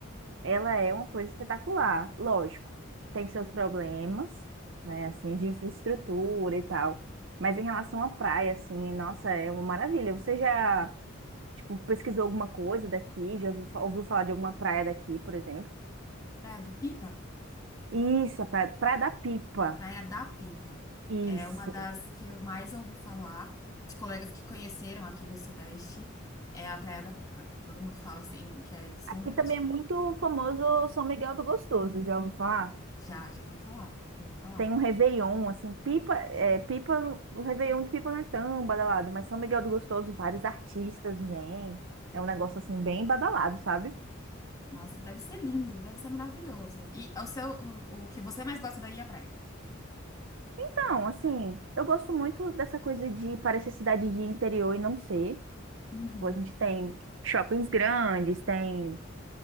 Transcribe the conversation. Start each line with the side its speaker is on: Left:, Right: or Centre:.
Right: ela é uma coisa espetacular. Lógico, tem seus problemas, né? Assim, de infraestrutura e tal. Mas em relação à praia, assim, nossa, é uma maravilha. Você já Tipo, pesquisou alguma coisa daqui, já ouviu, fa- ouviu falar de alguma praia daqui, por exemplo.
Left: Praia do Pipa?
Right: Isso, a praia, Praia da Pipa.
Left: Praia da Pipa.
Right: Isso.
Left: É uma das que eu mais ouvi falar de colegas que conheceram aqui do Sudeste. É a Praia da Pipa. Todo mundo fala assim que é deslumbrante.
Right: Aqui também é muito famoso São Miguel do Gostoso, já ouviu falar?
Left: Já, já ouvi falar. Já ouvi falar.
Right: Tem um Réveillon, assim, Pipa, é, Pipa, o Réveillon de Pipa não é tão badalado, mas São Miguel do Gostoso, vários artistas vêm. É um negócio, assim, bem badalado, sabe?
Left: Nossa, deve ser lindo, deve ser maravilhoso. E o seu, o, o que você mais gosta daí é a praia.
Right: Então, assim, eu gosto muito dessa coisa de parecer cidade de interior e não ser.
Left: Uhum,
Right: Tipo, a gente tem shoppings grandes, tem